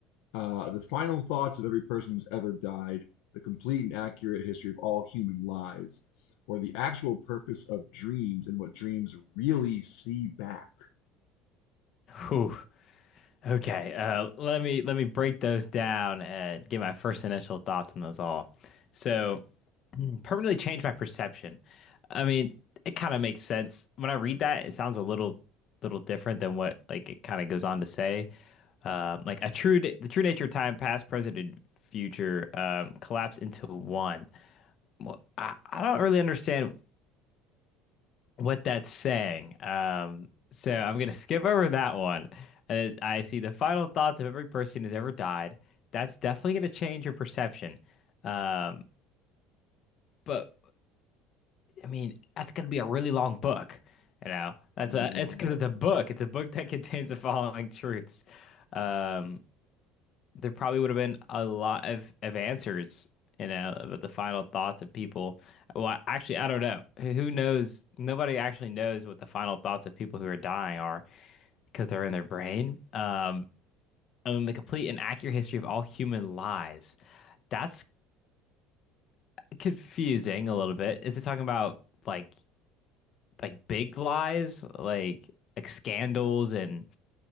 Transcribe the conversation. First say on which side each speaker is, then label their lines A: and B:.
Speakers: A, on the left; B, on the left.
A: Uh, the final thoughts of every person who's ever died, the complete and accurate history of all human lies, or the actual purpose of dreams and what dreams really see back. It's
B: Whew. Okay. Uh, let me let me break those down and get my first initial thoughts on those all. So, <clears throat> permanently change my perception. I mean, it kind of makes sense when I read that. It sounds a little little different than what like it kind of goes on to say. Um, like a true the true nature of time, past, present, and future um, collapse into one. Well, I, I don't really understand what that's saying. Um, so I'm gonna skip over that one. And I see the final thoughts of every person who's ever died. That's definitely gonna change your perception. Um, but I mean, that's gonna be a really long book. You know, that's
A: gonna
B: a
A: be a long
B: it's because
A: book.
B: it's a book. It's a book that <laughs> contains the following truths. Um, there probably would have been a lot of of answers. You know, about the final thoughts of people. Well, actually, I don't know. Who who knows? Nobody actually knows what the final thoughts of people who are dying are. because they're in their brain. Um, and the complete and accurate history of all human lies. That's confusing a little bit. Is it talking about like like big lies, like like scandals and